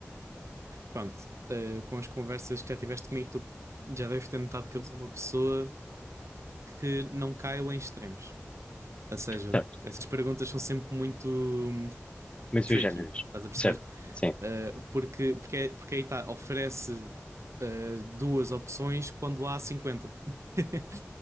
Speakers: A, on the right; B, on the left.
A: Pronto. Ah, com as conversas que já tiveste comigo, tu já deves ter notado que eu sou uma pessoa que não caio em extremos. Ou seja,
B: Certo,
A: essas perguntas são sempre muito hum,
B: como sui
A: tricky,
B: generis.
A: estás a perceber?
B: Certo, sim,
A: Ah, porque, porque, é- porque aí está, oferece ah, duas opções quando há 50. <laughs>